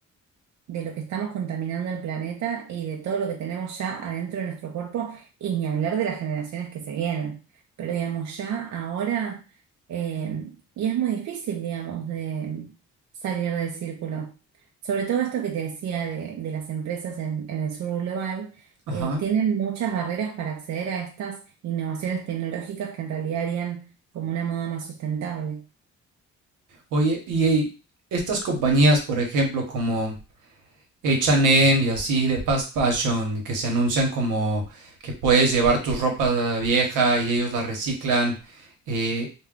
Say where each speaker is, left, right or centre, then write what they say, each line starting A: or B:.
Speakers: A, on the right; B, on the right.
A: de lo que estamos contaminando el planeta y de todo lo que tenemos ya adentro de nuestro cuerpo, y ni hablar de las generaciones que se vienen. Pero digamos, ya ahora, eh, y es muy difícil, digamos, de salir del círculo. Sobre todo esto que te decía de, de las empresas en, en el sur global,
B: Ajá.
A: eh, tienen muchas barreras para acceder a estas innovaciones tecnológicas que en realidad harían como una moda más sustentable.
B: Oye, y estas compañías, por ejemplo, como H&M y así de fast fashion que se anuncian como que puedes llevar tu ropa vieja y ellos la reciclan. eh,